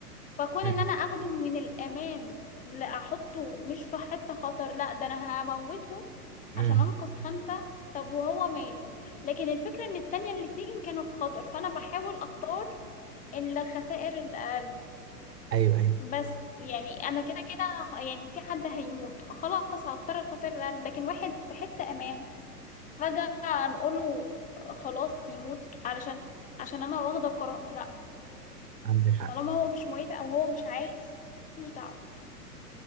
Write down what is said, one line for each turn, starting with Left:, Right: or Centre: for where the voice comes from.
Left: فكون
Right: <laughs> أمم،
Left: ان انا اخده من الامان لا احطه مش في حتة خطر لا ده انا هموته
Right: أمم.
Left: عشان انقذ خمسة طب وهو ماله لكن الفكرة ان التانية الاتنين كانوا في خطر فانا بحاول اختار الخسائر الاقل
Right: ايوه ايوه
Left: بس يعني انا كده كده هخ- يعني في حد هيموت خلاص هختار الخسائر الاقل لكن واحد في حتة امان فجأة نقوله خلاص يموت علشان عشان انا واخدة قرار لا
Right: عندك حق
Left: طالما هو مش موافق او هو مش عايز مش دعوة